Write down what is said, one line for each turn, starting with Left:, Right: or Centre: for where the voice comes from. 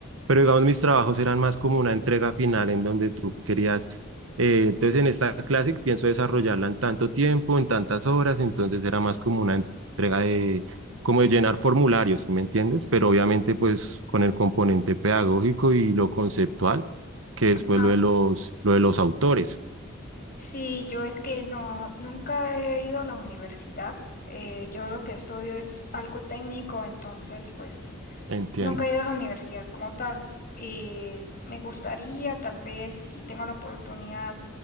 Right: Pero digamos, mis trabajos eran más como una entrega final en donde tú querías eh, entonces en esta clase pienso desarrollarla en tanto tiempo, en tantas horas, entonces era más como una entrega de, como de llenar formularios, ¿sí me entiendes? Pero obviamente pues con el componente pedagógico y lo conceptual, que después
Left: Ajá.
Right: lo de los, lo de los autores,
Left: Sí, yo es que no, nunca he ido a la universidad. Eh, yo lo que estudio es algo técnico, entonces, pues
Right: entiendo.
Left: Nunca he ido a la universidad como tal. Eh, me gustaría, tal vez, si tengo la oportunidad